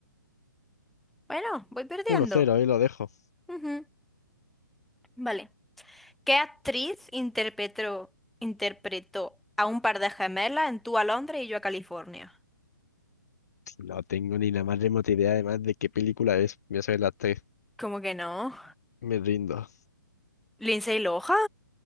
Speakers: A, in the centre; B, on the left.
A: Bueno, voy perdiendo.
B: 1-0, ahí lo dejo.
A: Ujú, Vale. ¿Qué actriz interpretó, interpretó a un par de gemelas en Tú a Londres y yo a California?
B: No tengo ni la más remota idea además de qué película es. Voy a saber las tres.
A: ¿Cómo que no?
B: Me rindo.
A: ¿Lindsay Lohan?